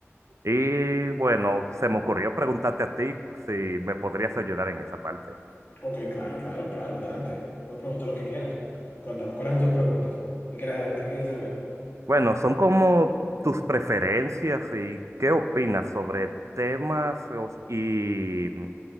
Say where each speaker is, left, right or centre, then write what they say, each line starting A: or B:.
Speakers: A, on the right; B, on the left.
A: Y bueno, se me ocurrió preguntarte a ti si me podrías ayudar en esa parte.
B: Ok, claro, claro, claro, adelante. Puedes preguntar lo que quieras. Cuéntame, ¿cuáles son tus preguntas? ¿Qué quieres, qué quieres saber?
A: Bueno, son como tus preferencias y qué opinas sobre temas o- y